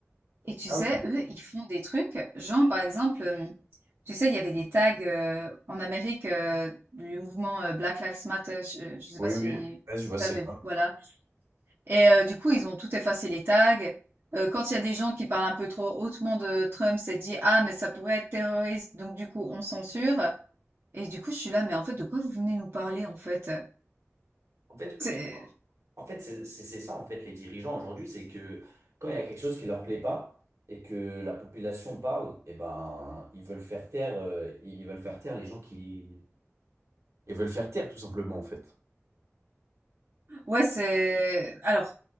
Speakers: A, on the right; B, on the right.
A: Et tu
B: Ah
A: sais,
B: oui.
A: eux, ils font des trucs, genre par exemple, euh, tu sais, il y avait des tags euh, en Amérique euh, du mouvement euh, Black Lives Matter, je, ne sais
B: Oui,
A: pas si
B: oui. Ouais, je vois
A: tu
B: c'est
A: avais,
B: quoi.
A: voilà. Et euh, du coup, ils ont tout effacé les tags. Euh, quand il y a des gens qui parlent un peu trop hautement de Trump, c'est dit, ah, mais ça pourrait être terroriste, donc du coup, on censure. Et du coup, je suis là, mais en fait, de quoi vous venez nous parler, en fait? euh,
B: En fait, lui,
A: C'est...
B: En fait, c'est c'est- c'est ça, en fait, les dirigeants aujourd'hui, c'est que quand il y a quelque chose qui leur plaît pas et que la population parle, eh ben, ils veulent faire taire, euh, ils veulent faire taire les gens qui... Ils veulent faire taire, tout simplement, en fait.
A: Ouais, c'est... Alors,